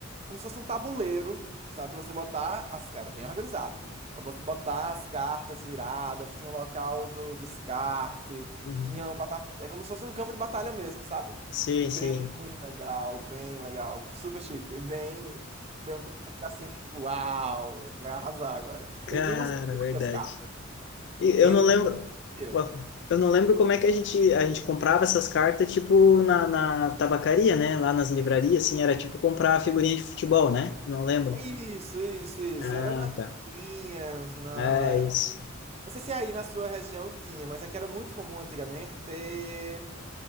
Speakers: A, on the right; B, on the left.
A: Como se fosse um tabuleiro, sabe? Pra você botar as. Era bem organizado. Pra você botar as cartas viradas, tinha o local do descarte,
B: uhum.
A: tinha. um plata- É como se fosse um campo de batalha mesmo, sabe?
B: Sim,
A: Bem
B: sim.
A: legal, bem legal. Super chique, bem. Foi um presente assim, tipo, uau, a gente vai arrasar agora.
B: Cara,
A: E tínhamos muitas
B: verdade.
A: cartas.
B: E Eu
A: Ele
B: não lembro,
A: eu.
B: eu não lembro como é que a gente, a gente comprava essas cartas, tipo, na, na tabacaria, né? Lá nas livrarias, assim, era tipo comprar figurinha de futebol, né? Não lembro.
A: Isso, isso, isso.
B: Ah,
A: Era nas banquinhas,
B: tá.
A: na.
B: É isso.
A: Não sei se aí na sua região tinha, mas aqui era muito comum antigamente ter